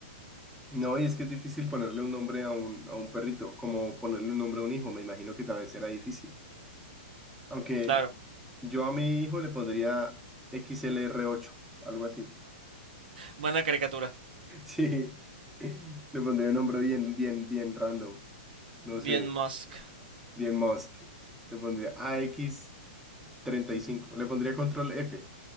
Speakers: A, in the centre; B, on the right.
A: No, y es que es difícil ponerle un nombre a un, a un perrito, como ponerle un nombre a un hijo, me imagino que también será difícil. Aunque
B: Claro,
A: yo a mi hijo le pondría X L R ocho algo así.
B: buena caricatura.
A: <laughs> Sí, le pondría un nombre bien, bien, bien random. No
B: Bien
A: sé,
B: Musk.
A: bien Musk. Le pondría A X treinta y cinco le pondría control F.